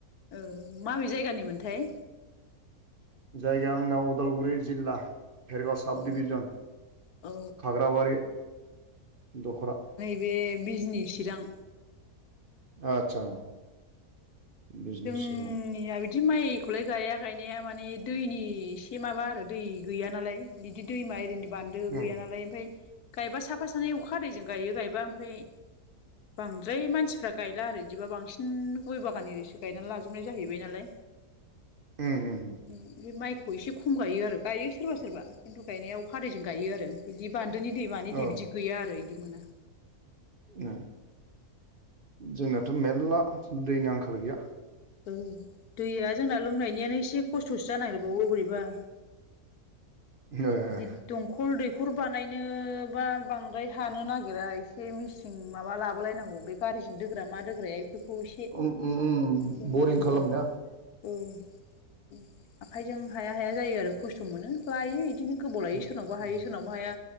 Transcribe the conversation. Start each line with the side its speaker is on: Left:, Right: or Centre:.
Left: ओ माबे जायगानि मोनथाय?
Right: जायगाया आंना अदालगुरि जिल्ला। भेरगाव साब
Left: औ
Right: दिभिजन
Left: औ
Right: खाग्राबारि दख'रा।
Left: बे बिजनि चिरां
Right: आदसा बिजनि
Left: उम जोंनिया
Right: चिरां
Left: बिद दि माइखौलाय गाया गायनाया माने दैनि एसे माबा आरो दै गैया नालाय बिदि दैमा एरिनि बान्दो
Right: उम
Left: गैया नालाय ओमफाय गायबा साफा सानै अखा हादैजों गायो गायबा ओमफाय बांद्राय मानसिफ्रा गायला आरो इदिबा बांसिन उम गय बागान एरिसो गायना लाजोबनाय जाहैबाय नालाय।
Right: उम उम उम
Left: उम बे माइखौ एसे खम गायो आरो गायो सोरबा सोरबा खिन्थु गायनायाव अखा हादैजों गायो आरो। बिदि बान्दोनि दै मानि
Right: औ
Left: दै बिदि गैया आरो बिदि मोना।
Right: ओङो जोंनाथ' मेरला दैनि आंखाल गैया।
Left: ओं दैया जोंना लोंनायनियानो एसे खस्थ'सो जानो नागिरबावो बोरै बा। <inaudible>
Right: ओ ओ
Left: दंखल दैखर बानायनोबा बांद्राय हानो नागिरा एसे मिस चिं माबा लाबो लायनांगौ बे गारिजों दोग्रा मा दोग्राया एफोरखौ एसे
Right: ओ उम उम उम
Left: होनांगौ
Right: बरिं
Left: जायो।
Right: खालामनाया
Left: औ उम आखायजों हाया। हाया जायो आरो खस्थ' मोनो लायो इदिनो गोबाव लायो
Right: उम
Left: सोरनावबा हायो सोरनावबा हाया।